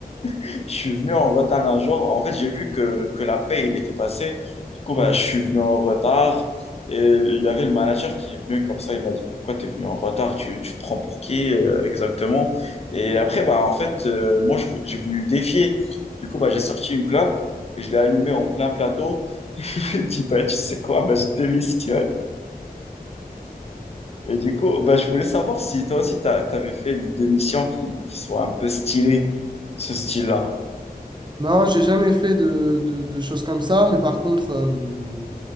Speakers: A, on the left; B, on the right.
A: Je suis venu en retard un jour. En fait, j'ai vu que, que la paye, il était passé. Du coup,
B: Mm.
A: bah, je suis venu en retard. Et il y avait le manager qui est venu comme ça. Il m'a dit, pourquoi t'es venu en retard? Tu, tu te prends pour qui, euh, exactement? Et après, bah, en fait, euh, moi, je vou- j'ai voulu le défier. Du coup, bah, j'ai sorti une clope et je l'ai allumée en plein plateau. <laughs> Il m'a dit, bah, tu sais quoi? Bah, je démissionne. Et du coup, bah, je voulais savoir si toi aussi, tu avais fait des, des missions qui, qui soient un peu stylées, ce style-là.
B: Non, j'ai jamais fait de, de, de choses comme ça, mais par contre, euh,